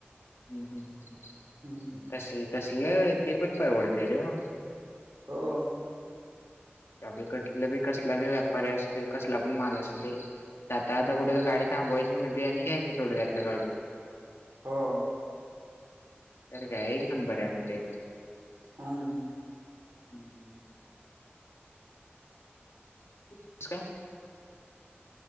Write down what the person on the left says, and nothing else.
कशी कशी
तसलं तसलं ते पणं परवडते रे मं-
ट्रॅव्हल करी कसलां व्यापारी असते कसलां पणं मालं असते आंता
आंता कुंठे गांडी आंघोळी वायची म्हटलं आणि घ्यायचं थोडं घातलं काढूंन
सरं कायं एक नंबर आहे मध्यें-
हम्मं.... कसं कायं-